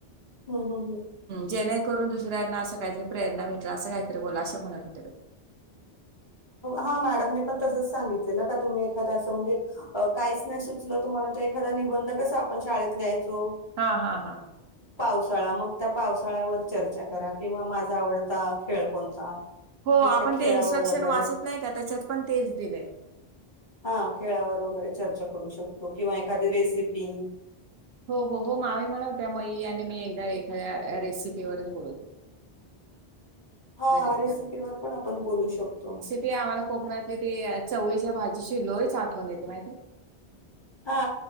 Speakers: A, on the left; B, on the right.
A: हम- हम- हम
B: जेणेकरून दुसऱ्यांना असं काहीतरी प्रेरणा भेटल. असं काहीतरी बोला, असं म्हणत होतें.
A: हा मॅडमने पण तसंच सांगितलेलं का तुम्ही एखादां असं म्हणजे अ.... काहीच नाही सुचलं तुम्हाला तर एखादा निबंध कसा आपण शाळेत लिहाय चो
B: हा- हा- हा
A: पावसाळा, मग त्या पावसाळ्यावर चर्चा करा, किंवा माझा आवडता खेळ कोणता?
B: हो
A: मग
B: आपण
A: त्या खेळावर
B: ते इन्स्ट्रक्शन
A: वगैरे
B: वाचत नाही का, त्याच्यात पण तेच दिले.
A: हा खेळावर वगैरे चर्चा करू शकतो, किंवा एखादी रेसिपी
B: हो -हो- हो मामी म्हण होत्यामाई आणि मी एकदा एखाद्या रेसिपीवरच बोलत होतो
A: हा
B: बरं
A: रेसिपीवरर पण आपण बोलू शकतो.
B: ते आम्हाला कोकणातले ते चवळीच्या भाजीची लोईच...... आठवण येते माहिती
A: हा